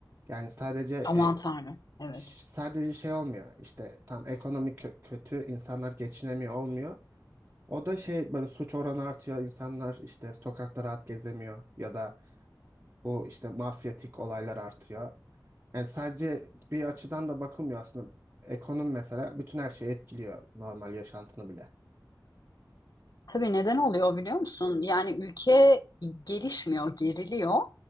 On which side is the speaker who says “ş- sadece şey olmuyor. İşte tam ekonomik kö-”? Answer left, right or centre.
Right